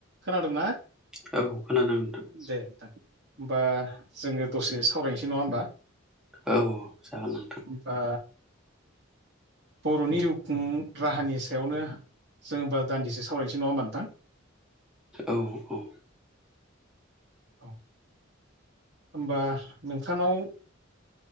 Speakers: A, on the right; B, in the centre.
A: खोनादोंना
B: औ खोनादों नोंथां
A: दे नोंथां। होमबा जोङो दसे सावरायनोसै नङा होमबा।
B: औ। जागोन नोंथां
A: बा। बर'नि जिउ खुं राहानि सायावनो जोंबा दान्दिसे सावरायनोसै नङा होबा नोंथां।
B: औ-औ।
A: औ। होमबा नोंथांनाव